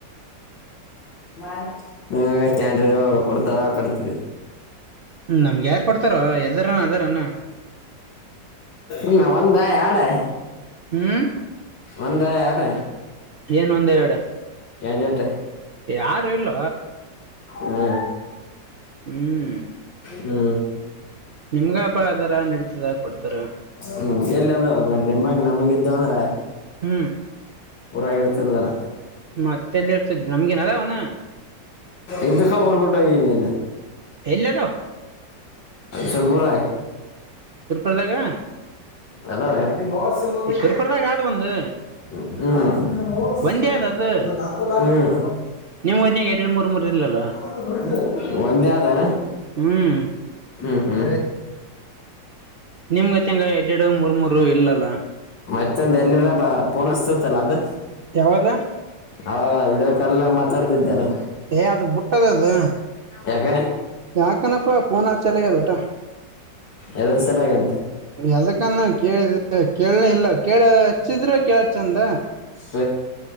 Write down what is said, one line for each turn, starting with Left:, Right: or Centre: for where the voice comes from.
Left: ಮ ನಿಮ್ಮವೆಸ್ಟ್ಯಾಂಡರು ಕೊಡ್ತಾ ಕಟ್ತಿದೆ
Right: ನಮ್ಗ್ಯಾರ್ ಕೊಡ್ತಾರೊ ಎದುರನ ಅದಾರನ
Left: <inaudible> ನಿಅವ್ನಬಾಯ್ ಆಡೆ
Right: ಹ್ಮ್
Left: ಒಂದಾ ಎರ್ಡ
Right: ಏನ್ ಒಂದ ಎರ್ಡ
Left: ಕೆಬೇಕ
Right: ಯಾರು ಇಲ್ಲೊ
Left: ಹೊ
Right: ಹ್ಮ್
Left: ಹ್ಮು
Right: ನಿಮ್ಗಪ ಅದರ ನಡೀತದ ಕೊಡ್ತಾರ
Left: ಹ್ಮು ಎಲ್ಲಂದ್ರೆಹೌದು ನಿಮ್ಮಂಗ್ ನಮಗಿದ್ದು ಅಂದ್ರೆ
Right: ಹ್ಮ್
Left: ಊರಗರ್ತದಾನ
Right: ಮತ್ತೆಲ್ಲಿ ಇರ್ತದ್ ನಮ್ಗೇನ್ ಅದಾವನ
Left: ಎಕ್ಕ ಊರ್ಪಟ್ಟ ಹಗನಿನ್
Right: ಎಲ್ಲಿ ಅದಾವ
Left: ತರ್ಮುರೈ
Right: ಸುರ್ಪದಾಗ
Left: ಅ ಬಸ ಬಂದ
Right: ಸುರ್ಪುರದಾಗ ಆದ ಒಂದು
Left: ್ಮ
Right: ಒಂದೇ ಅದ ಅದು
Left: ಹ್ಮ್
Right: ನಿಮ್ ಗತ್ನಾಗ ಎರಡ್ ಮೂರ್ ಮೂರ್ ಇಲ್ಲಲ್ಲ
Left: ಹ್ಮ್ ಒಂದೇ ಆದಾನ
Right: ಹ್ಮ್
Left: ಹ್ಮ್ ಹ್ಮ್
Right: ನಿಮಗತ್ತಂಗ ಎಡ್ರಡು ಮೂರ್ ಮೂರು ಇಲ್ಲಲ್ಲ
Left: ಮತ್ತೊಂದು ಎಲ್ಲಿದ ಬ ಪೂನಸ್ತತ್ಲ್ಲ ಅದು
Right: ಯಾವದ
Left: ಅವಾಗ ಇಡಕಲ್ಲ ಮಾತಾಡ್ತಿದ್ದಲ್ಲ
Right: ಏ ಅದು ಬಿುಟ್ಟದ ಅದು
Left: ಯಾಕೆ
Right: ಯಾಕನಪ್ಪ ಫೋನ್ ಹ ಚಲಗ್ಯದ ಊಟಾ
Left: ಎಾವಾರ ಸಲಾಗಂತೆ
Right: ಎದಕ್ಕಾನ ಕೇಳ ಕೇಳನೆ ಇಲ್ಲ ಕೇಳ ಹಚ್ಚಿದ್ರ ಕೇಳ ಚಂದ
Left: ಸ